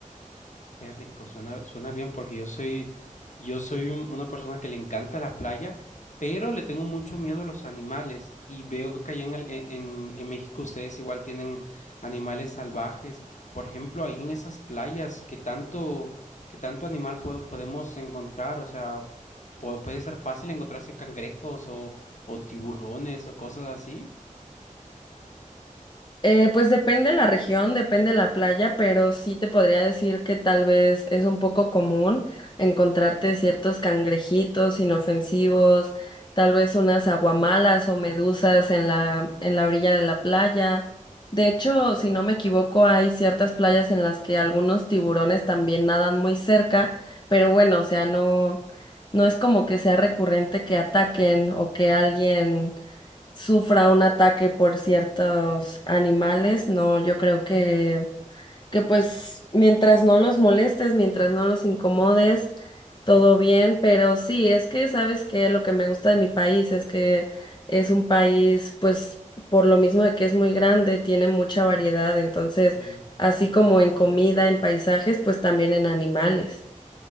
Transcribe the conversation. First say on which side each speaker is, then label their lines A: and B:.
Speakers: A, on the left; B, on the left.
A: Qué rico, suena, suena bien porque yo soy, yo soy un- una persona que le encanta la playa, pero le tengo mucho miedo a los animales y veo que allá en, el- en, en- en México ustedes igual tienen animales salvajes. Por ejemplo, ahí en esas playas, ¿qué tanto, qué tanto animal po- podemos encontrar? O sea, po- puede ser fácil encontrarse cangrejos o, o tiburones o cosas así.
B: Eh, pues depende la región, depende la playa, pero sí te podría decir que tal vez es un poco común encontrarte ciertos cangrejitos inofensivos, tal vez unas aguamalas o medusas en la, en la orilla de la playa. De hecho, si no me equivoco, hay ciertas playas en las que algunos tiburones también nadan muy cerca, pero bueno, o sea, no, no es como que sea recurrente que ataquen o que alguien sufra un ataque por ciertos animales, no, yo creo que, que pues mientras no los molestes, mientras no los incomodes, todo bien, pero sí, es que sabes que lo que me gusta de mi país es que es un país, pues por lo mismo de que es muy grande, tiene mucha variedad, entonces,
A: Sí,
B: así
A: muy
B: como
A: cierto.
B: en comida, en paisajes, pues también en animales.